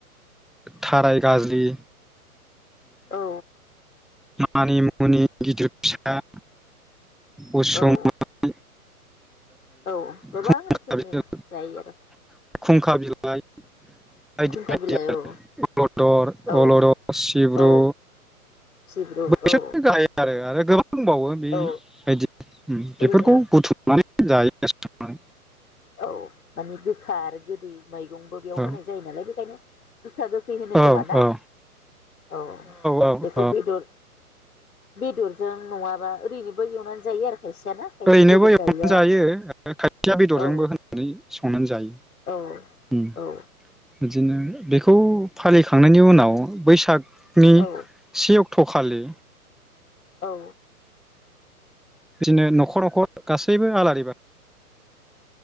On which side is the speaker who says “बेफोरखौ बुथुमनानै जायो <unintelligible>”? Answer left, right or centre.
Centre